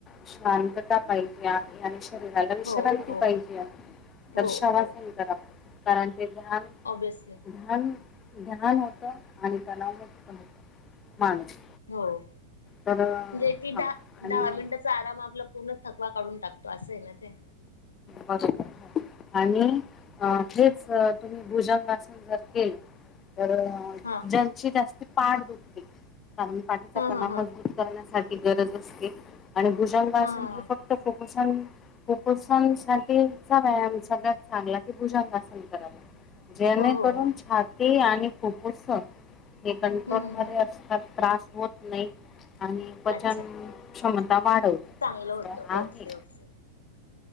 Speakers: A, on the left; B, on the left.
A: शांतता पाहिजे आहे आणि- लं विश्रांती
B: हो हो
A: पाहिजे
B: हो
A: दर्शवासन
B: हो
A: कराव- 'कारण' ते धान
B: ऑब्विसली
A: धान- जध्याान होतं आणि त्यालाव मुक्त होतं. माणूस
B: हो म्हणजे
A: तर
B: ती
A: हां
B: दहा
A: आणि
B: दहा मिनिटाचा आराम आपला- पूर्ण थकवा काढून टाकतो असं आहे न- ते-
A: 'बाथरूम ' आणि -
B: हो
A: अ तेच सर - तुम्ही भुजंगासन जर केल तर
B: हा
A: जलचीत असत पाठ दुखते कारण पाठीचा
B: हा
A: कणा
B: हा
A: मजबूत
B: हा
A: करण्यास ती गरज असते. आणि भुजंगासन
B: हा हा
A: हे फक्त पसंत कुपोषण साठीचा व्यायाम सगळ्यात चांगला भुजंगासन कराव. जेणेकरून
B: हो हो हो
A: छाती आणि ते फुफ्फुस हे कंट्रोल
B: हम्म हम्म
A: मध्ये
B: हम्म
A: असतात. त्रास होत नई आणि पचनक्षम
B: अच्छा
A: टमाडो असं
B: चांगलं होतं
A: आहे.
B: ओके ओके